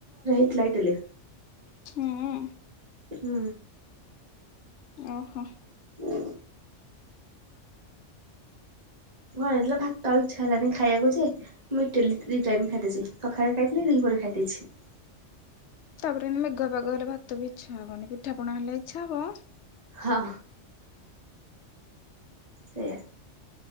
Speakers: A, on the right; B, on the left.
A: ଥିଲା ଇଟିଲି?
B: ହୁଁ।
A: ହୁଁ।
B: ଓହୋ।
A: ହୁଁ। ଘର ହେଇଥିଲା ଭାତ ଆଉ ଇଚ୍ଛା ହେଲାନି ଖାଇବାକୁ ଯେ ମୁଁ ଇଟିଲି ଦି ଟାଇମ ଖାଇଦେଇଛି ସକାଳେ ଖାଇଥିଲି। ଦି ପହ ପରେ ଖାଇ ଦେଇଛି।
B: ତାପରେ ଏମିତି ମେଘୁଆ ପାଗ ହେଲେ ଭାତ ବି ଇଛା ହବନି। ପିଠା ପଣା ହେଲେ ଇଚ୍ଛା ହବ।
A: ହଁ। ସେୟା।